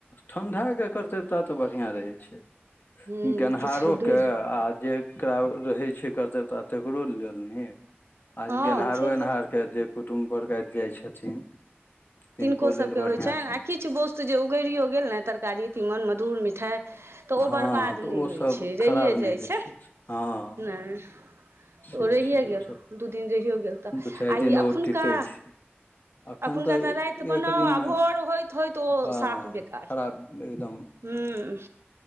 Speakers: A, on the left; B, on the right.
A: ठण्ढाके कर्तव्यता तऽ बढ़िआँ रहै छै
B: हूँ
A: गेनहारो
B: किछु दूरि
A: के आ जे एकरा रहै छै कर्तव्य तऽ आ तकरो लेल नीक आ
B: हँ
A: गेनहारो
B: छै
A: एन्हारके जे कुटुम्ब बरगति जाइ छथिन तिनको
B: तनको सबके
A: लेल बढ़िया
B: होइ छनि आ किछु वो्त जे उगरियो गेल ने तरकारी तीमन मधुर मिठाई तऽ ओ
A: हँ
B: बरबाद
A: तऽ
B: नहि
A: ओ
B: होइ
A: सब
B: छै
A: खराब
B: रहिए
A: नहि
B: जाइ
A: होइ
B: छै
A: हँ
B: नहि तऽ
A: से
B: ओ रहिए
A: छै जे
B: गेल
A: ओ सब
B: दू दिन रहिओ गेल तऽ
A: दू चारि
B: आ
A: दिन
B: ई
A: ओ
B: एखुनका
A: टिकै छै एखन
B: एखुनका
A: तऽ
B: तऽ राति बनाउ
A: एक दिनमे
B: आ भोर होइत होइत ओ
A: हँ
B: साफ बेकार
A: खराब एकदम
B: हुँ